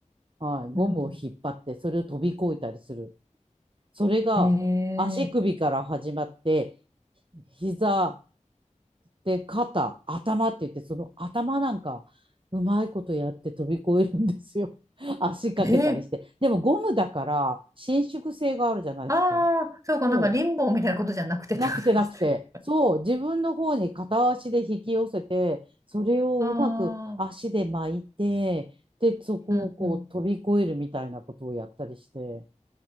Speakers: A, on the right; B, on the right.
A: はい、ゴムを引っ張って、
B: うんう
A: それを飛び越えたりする。それが足首から始まって、
B: ん。へえ。
A: 膝、で、肩、頭って言って、その頭なんか、うまいことやって飛び越えるんですよ。<laughs> 足かけたりして。
B: え
A: でもゴムだから、伸縮性があるじゃないですか。
B: あああ、そうか、
A: そう。
B: なんかリンボーみたいなことじゃなくてってことですね。
A: なくてなくて。そう。自分の方に片足で引き寄せて、それをうまく足で巻いて、
B: <laughs> ああ、
A: で、そこをこう飛び越えるみたいなことをやったりして、
B: うんう